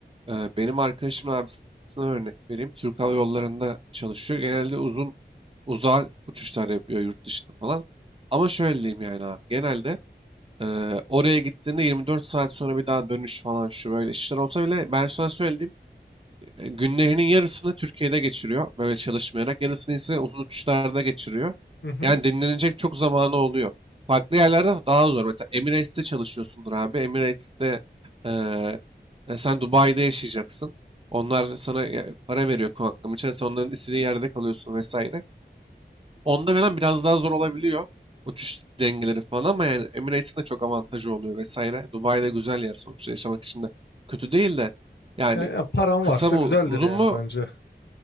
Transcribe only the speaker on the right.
E, benim arkadaşımın abisine örnek vereyim. Türk Hava Yolları'nda çalışıyor. Genelde uzun uzağa uçuşlar yapıyor yurt dışında falan. Ama şöyle diyeyim yani abi. Genelde e, oraya gittiğinde 24 saat sonra bir daha dönüş falan şu böyle işler olsa bile ben sana söylediğim e, günlerinin yarısını Türkiye'de geçiriyor böyle çalışmayarak. Yarısını ise uzun uçuşlarda geçiriyor.
Yani dinlenecek çok zamanı oluyor. Farklı yerlerde daha zor. Mesela Emirates'te çalışıyorsundur abi. Emirates'te e, e, sen Dubai'de yaşayacaksın. Onlar sana e, para veriyor konaklama için. Sen onların istediği yerde kalıyorsun vesaire. Onda falan biraz daha zor olabiliyor. Uçuş dengeleri falan ama yani Emirates'in de çok avantajı oluyor vesaire. Dubai'de güzel yer sonuçta yaşamak için de kötü değil de yani
kısa
mı
uzun
mu